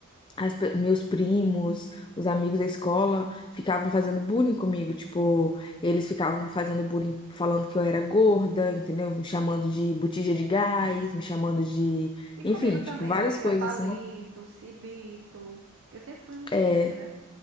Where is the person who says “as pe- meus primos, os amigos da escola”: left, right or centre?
Left